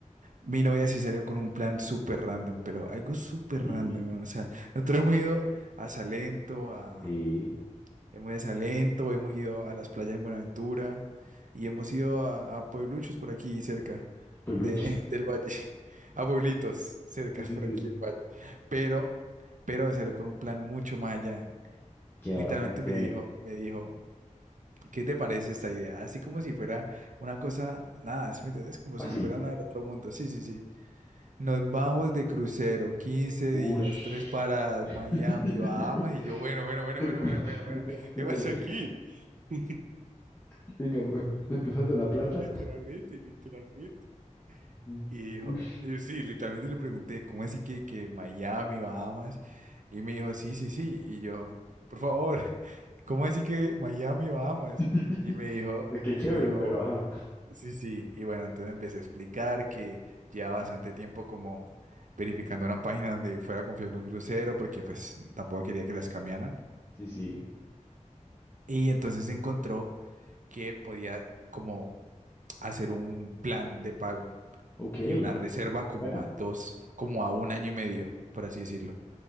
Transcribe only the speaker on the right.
mi novia sí salió con un plan súper random, pero algo súper
random, weón. O sea, nosotros hemos ido a Salento, a,
Hemos ido a Salento, hemos ido a las playas en Buenaventura y hemos ido a, a puebluchos por aquí cerca
de, del valle, <laughs> a pueblitos cercas
por
aquí del valle. Pero, pero me salió con un plan mucho más allá.
Y
Literalmente
me dijo,
me dijo, ¿qué te parece esta idea? Así como si fuera una cosa, nada, ¿sí me entendés? Como
si fuera nada del otro mundo. Sí, sí, sí. Nos vamos de crucero, quince
días, tres paradas, Miami,
Bahamas, y yo, bueno, bueno, bueno,
bueno, bueno, bueno, bueno,
¿qué
pasó aquí? <laughs>
Literalmente, literalmente.
Y dijo,
y sí, literalmente le pregunté, ¿cómo así que, que Miami, Bahamas? Y me dijo, sí, sí, sí. Y yo, por favor, <laughs> ¿cómo así que Miami, Bahamas?
Y me dijo,
y me dijo,
Sí, sí, y bueno, entonces empecé a explicar que llevaba bastante tiempo como verificando una página donde fuera confiable un crucero, porque pues tampoco quería que las cambiaran.
Y entonces encontró que podía como hacer un plan de pago
y una reserva como
a dos, como a un año y medio, por así decirlo.